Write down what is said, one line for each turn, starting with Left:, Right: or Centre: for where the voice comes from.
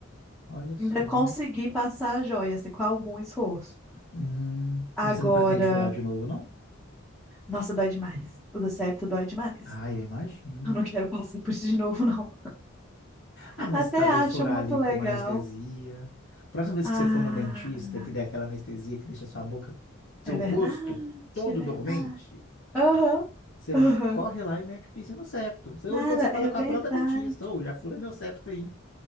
Left: olha só.
Centre: Ainda consegui passar a joia, assim, com algum esforço.
Left: Hum,
Centre: Agora.
Left: mas você não pretende furar de novo, não?
Centre: Nossa, dói demais. O do septo dói demais.
Left: Ah, eu imagino.
Centre: Eu não quero passar por isso de novo, não.
Left: Ah, mas
Centre: Até
Left: talvez
Centre: acho
Left: furar
Centre: muito
Left: ali
Centre: legal.
Left: como anestesia. Próxima vez
Centre: Ah,
Left: que você for no dentista, que der aquela anestesia que deixa sua boca, seu
Centre: é verdade,
Left: rosto todo
Centre: é verdade.
Left: dormente,
Centre: Aham,
Left: você
Centre: aham.
Left: corre lá e mete o piercing no septo. Você-
Centre: Cara,
Left: Ou então você fala
Centre: é
Left: com
Centre: verdade.
Left: a própria dentista, ou já fura meu septo aí.